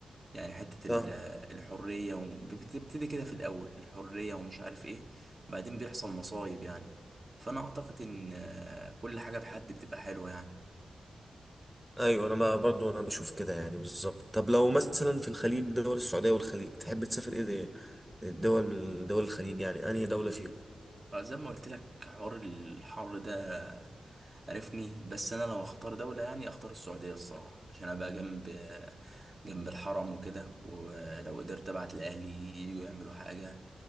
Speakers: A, on the right (about 35°); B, in the centre.
A: يعني حتة
B: فاهم
A: ال- الحرية وبتبتدي كده في الأول الحرية ومش عارف إيه بعدين بيحصل مصايب يعني فأنا أعتقد إن آه، كل حاجة بحد بتبقى حلوة يعني
B: ايوه انا ما برضو انا بشوف كده يعني بالظبط طب لو مثلا في الخليج دول السعوديه والخليج تحب تسافر ايه ده الدول من دول الخليج يعني انهي دوله فيهم
A: آه، زي ما قلت لك حوار الحر ده عرفني بس أنا لو أختار دولة يعني أختار السعودية الصراحة عشان أبقى جنب جنب الحرم وكده ولو قدرت أبعت لأهلي يجوا يعملوا حاجة